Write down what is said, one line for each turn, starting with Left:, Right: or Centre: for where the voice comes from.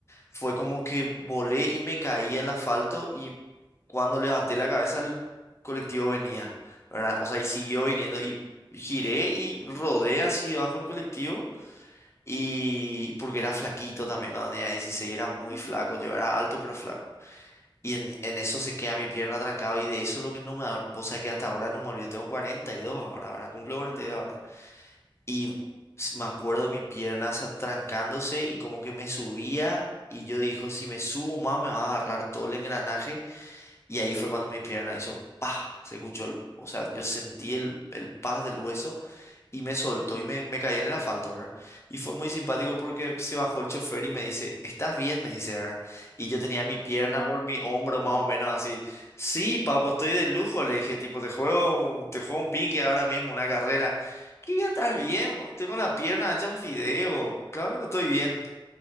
Left: Fue como que volé y me caí al asfalto y cuando levanté la cabeza el colectivo venía, ¿verdad? O sea, y siguió viniendo y giré y rodé así debajo del colectivo. Y porque era flaquito también cuando tenía 16, era muy
Right: Ujú.
Left: flaco, yo era alto pero flaco. Y en, en eso se queda mi pierna trancada y de eso lo que no me... da- Vos sabés que hasta ahora no me olvido, tengo 42 ahora, ahora cumplo cuarenta
Right: Ah,
Left: y dos ahora. Y
Right: sí.
Left: s- me acuerdo mi pierna sa- trancándose y como que me subía y yo dijo, si me subo más me va a agarrar todo el engranaje. Y ahí fue cuando mi pierna hizo... ¡Pah! Se escuchó, el- o sea, yo sentí
Right: Ujú.
Left: el, el paz del hueso y me soltó
Right: Sí.
Left: y me, me caí en el asfalto, ¿verdad? Y fue muy simpático
Right: Ah,
Left: porque se bajó el chofer y me dice, ¿estás bien? Me dice, ¿verdad? Y yo tenía mi pierna
Right: Dios
Left: por mi hombro
Right: mío.
Left: más o menos así. Sí, papo, estoy de lujo, le dije, tipo, te juego, te juego un pique ahora mismo, una carrera. ¿Qué voy a estar bien? boludo? Tengo la pierna hecha un fideo. Claro que no estoy bien.